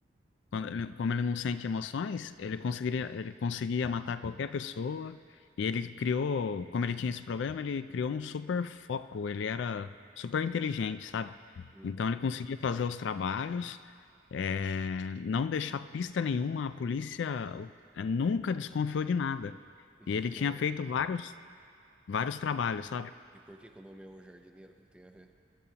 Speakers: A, on the left; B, in the centre.
A: Quando ele- como ele não sente emoções, ele conseguiria, ele conseguia matar qualquer pessoa. E ele criou, como ele tinha esse problema, ele criou um super foco. Ele era super inteligente, sabe?
B: Hum.
A: Então ele conseguia fazer os trabalhos, é, não deixar pista nenhuma. A polícia é, nunca desconfiou de nada.
B: E o
A: E
B: que
A: ele
B: que tem
A: tinha
B: a ver?
A: feito vários, vários trabalhos, sabe?
B: E por que que o nome é O Jardineiro? O que que tem a ver?